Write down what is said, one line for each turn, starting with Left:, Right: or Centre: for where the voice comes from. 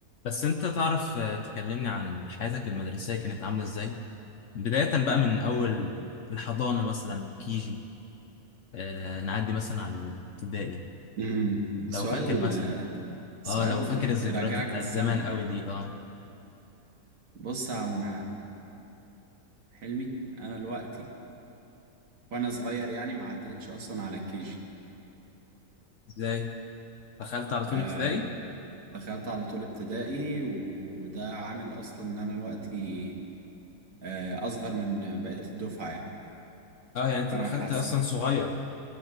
Left: بس انت تعرف آه، تكلمني عن حياتك المدرسية كانت عاملة ازاي؟ بداية بقى من اول الحضانة مثلا كيجي آه نعدي مثلا على الابتدائي
Right: امم
Left: لو
Right: سؤال
Left: فاكر مثلا
Right: سؤال
Left: اه لو فاكر الذكريات
Right: يرجعك
Left: بتاعت
Right: بالزمن
Left: زمان قوي
Right: يعني
Left: دي اه
Right: بص يا عم حلمي انا دلوقتي وانا صغير يعني ما عدتش اصلا على كيجي
Left: ازاي؟ دخلت على طول
Right: آه
Left: ابتدائي؟
Right: دخلت على طول ابتدائي وده عامل اصلا ان انا دلوقتي آه اصغر من بقية الدفعة يعني
Left: اه يعني انت
Right: فانا
Left: دخلت
Right: حاسس
Left: اصلا صغير